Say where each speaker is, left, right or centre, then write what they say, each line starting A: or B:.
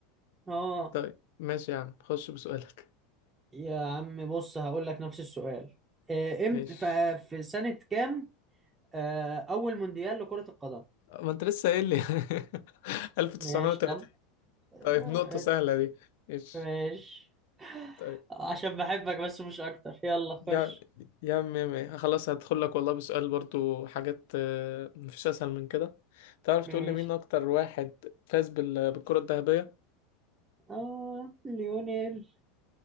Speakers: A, on the right; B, on the left.
A: اه
B: طيب ماشي يا عم خش بسؤالك
A: يا عم بص هقول لك نفس السؤال آه،
B: <laughs>
A: امتى
B: ماشي
A: ف- في سنة كام آه، أول مونديال لكرة القدم
B: ما انت لسه قايل لي <laughs> 1930
A: ماشي يلا
B: طيب
A: آه،
B: نقطه سهله دي ماشي
A: ماشي
B: طيب
A: عشان بحبك بس مش أكتر يلا
B: يا
A: خش
B: يا عم يا عم خلاص هدخل لك والله بسؤال برضو حاجات آه، مفيش اسهل من كده تعرف
A: ماشي
B: تقول لي مين اكتر واحد فاز بال- بالكرة الذهبية
A: آه ليونيل